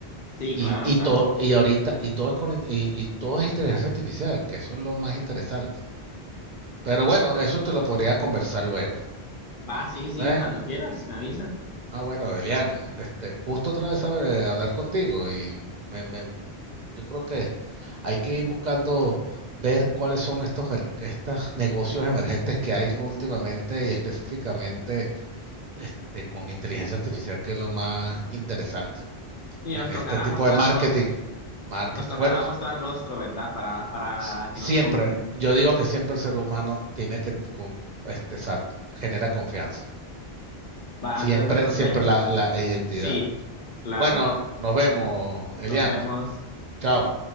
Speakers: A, on the left (about 55°); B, on the right (about 50°).
A: sí,
B: Y,
A: claro,
B: y
A: claro.
B: todo, y ahorita, y todo es con, y, y todo es inteligencia artificial, que eso es lo más interesante. Pero bueno, eso te lo podría conversar luego.
A: Va, sí, sí,
B: ¿eh?
A: cuando quieras, me avisas.
B: Ah, bueno, Elian, este, gusto otra vez saber- hablar contigo y me, me- yo creo que hay que ir buscando ver cuáles son estos, mer- estos negocios emergentes que hay últimamente y específicamente este, con inteligencia artificial, que es lo más interesante
A: Y
B: en
A: nos tocará
B: este tipo
A: mostrar
B: de marketing.
A: rostro,
B: Marketing.
A: nos tocará
B: Bueno, s-
A: mostrar rostro, ¿verdad? Para, para
B: s- siempre,
A: que nos compren.
B: yo digo que siempre el ser humano tiene que, con- este, exacto, genera confianza.
A: Va,
B: Siempre,
A: entonces nos
B: siempre
A: vemos.
B: la, la identidad.
A: Sí, claro,
B: Bueno, nos vemos, Elian.
A: nos vemos.
B: Chao.